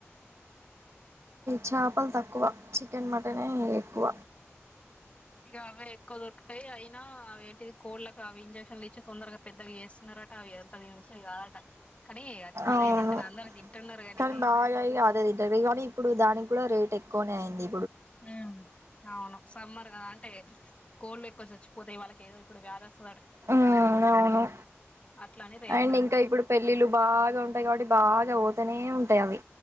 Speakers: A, on the right (about 80°); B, on the left (about 25°).
A: చాపలు తక్కువ చికెన్ మటన్ ఏ ఎక్కువ
B: ఇక అవే ఎక్కువ దొరుకుతాయి అయినా అవి ఏంటిది కోళ్కి అవి ఇంజెక్షన్లు ఇచ్చి తొందరగా పెద్దగా చేస్తున్నారట అవి ఎంతదించిది కాదట కానీ అదే
A: అవును
B: తింటారు అందరు తింటున్నారు గాని
A: కానీ బాగా అదే తింటారు కానీ ఇప్పుడు దానికి కూడా రేట్ ఎ కోనయింది
B: హూ అవును సమ్మర్ కదా అంటే కోళ్లు ఎక్కువ చచ్చిపోతాయి వాళ్ళకి ఏ ఇప్పుడు వారస్
A: ఉమ్ అవును
B: అట్లానే రేట్లు
A: అండ్ ఇంకా ఇప్పుడు పెళ్ళిళ్ళు బాగా ఉంటాయి కాబట్టి బాగా పోతనే ఉంటాయి అవి